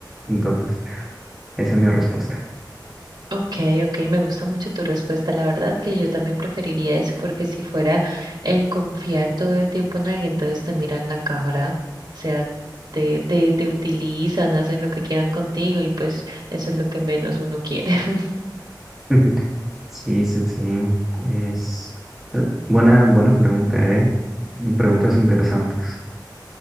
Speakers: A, in the centre; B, on the right.
A: Entonces, esa es mi respuesta.
B: Ok, ok, me gusta mucho tu respuesta. La verdad que yo también preferiría eso porque si fuera el confiar todo el tiempo en alguien, entonces te miran la cara, o sea, te, te, te utilizan, hacen lo que quieran contigo y pues eso es lo que menos uno quiere. <laughs>
A: <laughs> Sí, sí, sí. Es eh, buena, buena pregunta, ¿eh? mm, Preguntas interesantes.